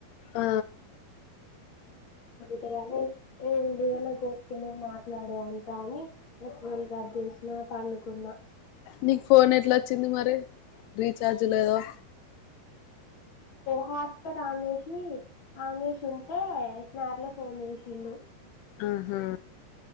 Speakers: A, on the left (about 85°); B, on the left (about 30°).
A: ఆ
B: మరి అదే ఎంది అని నాక్ ఓపిక లేదు మాట్లాడే అంత అని ఇగ ఫోన్ కట్ జేష్నా పండుకున్న
A: నీక్ ఫోన్ ఎట్ల ఒచ్చింది మరి రీఛార్జ్ లేదో
B: హాస్పాట్ ఆన్ చేషీ ఆన్ చేషుంటే స్నాప్ ల ఫోన్ జేషిండు
A: ఆహా